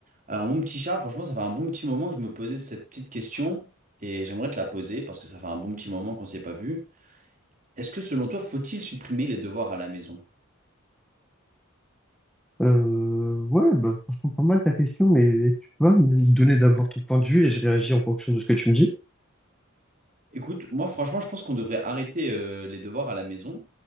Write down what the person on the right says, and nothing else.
Alors mon petit Charles, franchement, ça fait un bon petit moment que je me posais cette petite question et j'aimerais te la poser parce que ça fait un bon petit moment qu'on ne s'est pas vu. Est-ce que selon toi, faut-il supprimer les devoirs à la maison?
Écoute, moi franchement, je pense qu'on devrait arrêter euh, les devoirs à la maison